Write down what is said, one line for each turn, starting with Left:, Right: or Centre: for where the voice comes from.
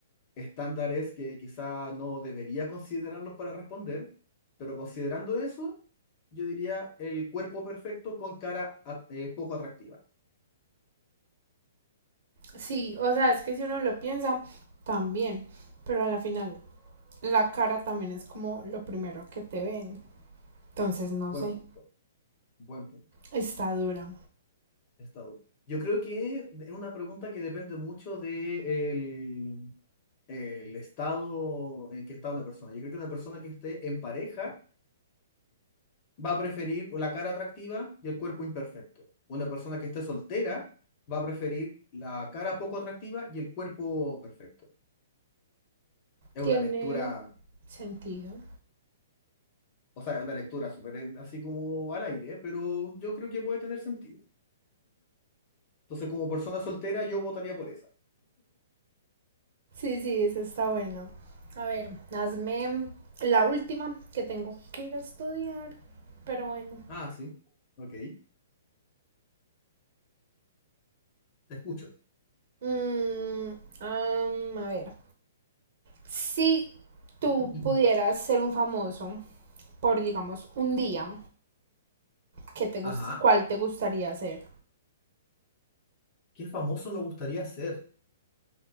Left: estándares que quizá no debería considerarlos para responder, pero considerando eso, yo diría el cuerpo perfecto con cara a- eh, poco atractiva.
Right: sí, o sea, es que si uno lo piensa, también, pero a la final, la cara también es como lo primero que te ven, entonces no
Left: Buen
Right: sé,
Left: punto, buen punto.
Right: está dura.
Left: Estado. Yo creo que es una pregunta que depende mucho de el, el estado en que está una persona. Yo creo que una persona que esté en pareja va a preferir la cara atractiva y el cuerpo imperfecto. Una persona que esté soltera va a preferir la cara poco atractiva y el cuerpo perfecto. Es
Right: Tiene
Left: una lectura,
Right: sentido.
Left: o sea, es una lectura súper así como al aire, pero yo creo que puede tener sentido. Entonces, como persona soltera, yo votaría por esa.
Right: Sí, sí, esa está buena. A ver, hazme la última que tengo que ir a estudiar, pero bueno.
Left: Ah, sí. Ok. Te escucho.
Right: Mm, am, a ver, Si tú
Left: <clears throat>
Right: pudieras ser un famoso por, digamos, un día, ¿qué te gus-
Left: Ajá.
Right: ¿cuál te gustaría ser?
Left: ¿Qué famoso me gustaría ser?